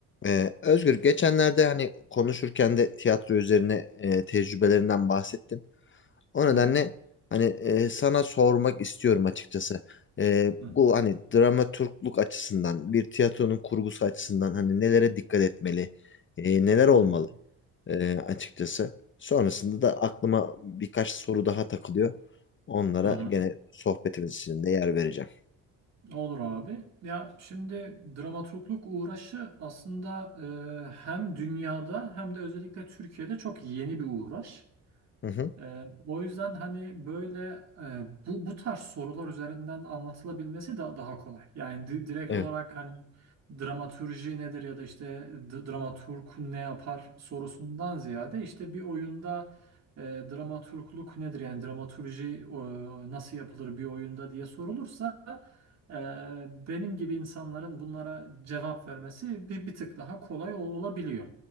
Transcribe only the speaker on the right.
Hı hı.
Hı
hı.
Hı hı.
Olur abi. Ya şimdi dramaturgluk uğraşı aslında e, hem dünyada hem de özellikle Türkiye'de çok yeni bir uğraş.
Ee, o yüzden hani böyle e, bu bu tarz sorular üzerinden anlatılabilmesi da daha kolay. Yani di- direkt
olarak hani dramatürji nedir ya da işte d- dramaturg ne yapar sorusundan ziyade işte bir oyunda e, dramaturgluk nedir yani dramaturji e, nasıl yapılır bir oyunda diye sorulursa e, benim gibi insanların bunlara cevap vermesi bir bir tık daha kolay o- olabiliyor.